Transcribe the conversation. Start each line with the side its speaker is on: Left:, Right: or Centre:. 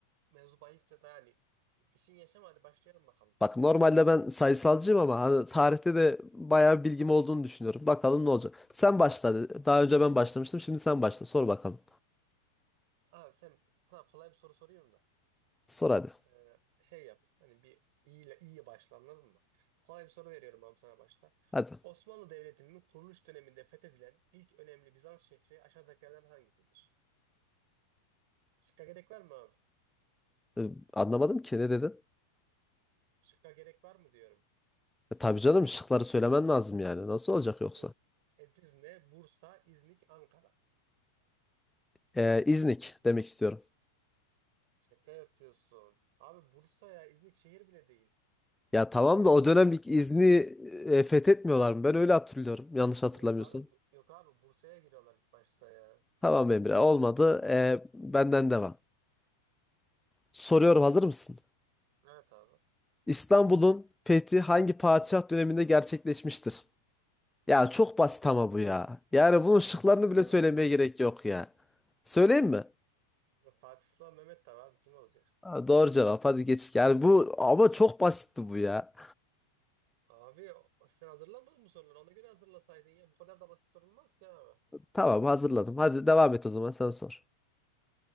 Right: mevzu bahisse de yani işin yaşama hadi başlayalım bakalım.
Centre: Bak normalde ben sayısalcıyım ama hani tarihte de bayağı bilgim olduğunu düşünüyorum. Bakalım ne olacak. Sen başla. dedi. Daha önce ben başlamıştım. Şimdi sen başla. Sor bakalım.
Right: Abi sen sana kolay bir soru soruyorum da
Centre: Sor hadi.
Right: Ee, şey yap hani bir iyiyle iyiye başla anladın mı? Kolay bir soru veriyorum abi sana başta.
Centre: Hadi.
Right: Osmanlı Devleti'nin kuruluş döneminde fethedilen ilk önemli Bizans şehri aşağıdakilerden hangisidir? Şıkka gerek var mı abi?
Centre: E, anlamadım ki ne dedin?
Right: Şıkka gerek var mı diyorum.
Centre: E, tabii canım şıkları söylemen lazım yani. Nasıl olacak yoksa?
Right: Ed- Edirne, Bursa, İznik, Ankara.
Centre: E, İznik demek istiyorum.
Right: Şaka yapıyorsun. Abi Bursa ya İznik şehir bile değil.
Centre: Ya tamam da o dönem İznik'i e, fethetmiyorlar mı? Ben öyle hatırlıyorum. Yanlış hatırlamıyorsam.
Right: Yok abi, bu- yok abi Bursa'ya giriyorlar ilk başta ya.
Centre: Tamam Emre olmadı. Ee, benden devam. Soruyorum hazır mısın?
Right: Evet abi.
Centre: İstanbul'un fethi hangi padişah döneminde gerçekleşmiştir? Ya çok basit ama bu ya. Yani bunun şıklarını
Right: A-
Centre: bile söylemeye
Right: a-
Centre: gerek yok ya. Söyleyeyim mi?
Right: a- Fatih Sıla Mehmet tabii abi kim olacak?
Centre: Ha, doğru cevap hadi geç. Yani bu ama çok basitti bu ya.
Right: Abi sen hazırlamadın mı soruları? Ona göre hazırlasaydın ya. Bu kadar da basit sorulmaz ki abi.
Centre: Tamam hazırladım. Hadi devam et o zaman sen sor.